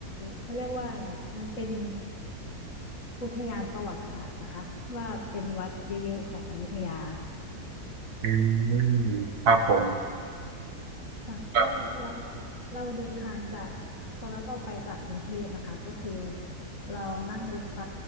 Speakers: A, on the left (about 50°); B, on the right (about 65°).
A: เขาเรียกว่าอะไร มันเป็นอุทยานประวัติศาสตร์ปะคะที่ว่าเป็นวัดเยอะๆของอยุธยา
B: อืมครับผม
A: ค่ะก็เราเราเราเดินทางจาก
B: ครับ
A: ตอนนั้นเราไปจากกรุงเทพนะคะก็คือเรานั่งรถไฟ